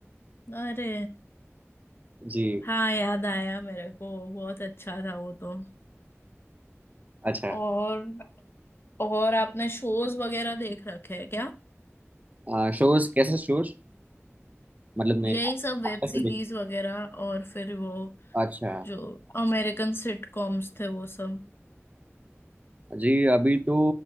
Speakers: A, on the left; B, on the right.
A: अरे
B: जी
A: हाँ याद आया मेरे को बहुत अच्छा था वो तो
B: अच्छा
A: और और आपने शोज वगैरह देख रखे हैं क्या
B: आ, शोज कैसे शोज मतलब मैं
A: यही सब वेब
B: आप कैसे
A: सीरीज
B: देख
A: वगैरह और फिर वो
B: अच्छा
A: जो अमेरिकन सिटकॉम्स थे वो सब
B: जी अभी तो